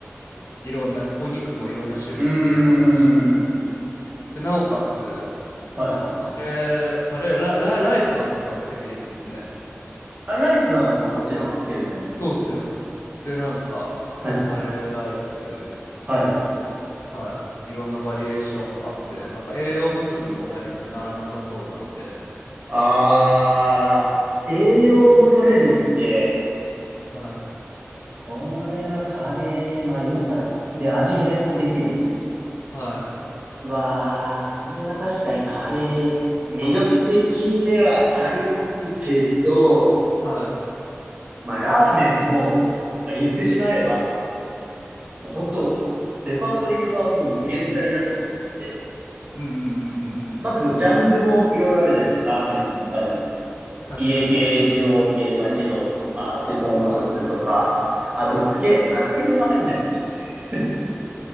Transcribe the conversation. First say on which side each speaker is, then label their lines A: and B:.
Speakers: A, on the left; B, on the right.
A: う、いろんなお肉もいろんな種類入れれますし。
B: ーん。
A: で、なおかつ、
B: はい。
A: あの、カレー、カレー、ラ、ラライスはさすがにつけていいですもんね。
B: あ、ライスはもうもちろんつけてください。
A: そうっすよね。で、なんか、
B: はい。
A: カレーライス、
B: はい。
A: はい。いろんなバリエーションあって、なんか栄養不足にもなりならなさそうなんで、
B: ああ、栄養も取れるって、
A: はい。
B: それはカレー、まあ良さで味変もできる。
A: は
B: わあ、それは確かにカレー、魅力的ではありますけど、
A: い。はい。
B: まあラーメンも、まあ言ってしまえば、もう本当、レパートリーはもう無限大だと思ってて。
A: うんうんうんうんうんうんうん。
B: まずこう、ジャンルもいろいろあるじゃないですか、ラーメンの中でも。
A: 確かに確かに。
B: 家系、二郎系、まあ二郎とか、で、豚骨とか、
A: はい。
B: あと、つけ、あ、つけ麺は入んないんでしょ <laughs>